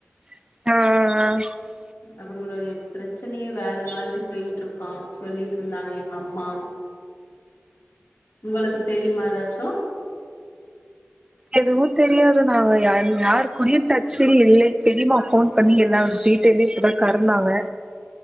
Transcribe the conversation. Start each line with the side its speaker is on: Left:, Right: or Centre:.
Right: அ அ அ
Left: அவுங்களுடைய ப்ரச்சனையே வேற மாதிரி போய்கிட்டு இருக்கா சொல்லிட்டு இருந்தாங்க எங்க அம்மா உங்களுக்கு தெரியுமா எதாச்சு
Right: எதுவு தெரியாதது நாங்க யாரையு யார்க்குடயு டச்சு இல்லை தெரியுமா போன் பண்ணி எல்லாட்டயு தெளிவிப்ப <unintelligible> கருன்னாங்க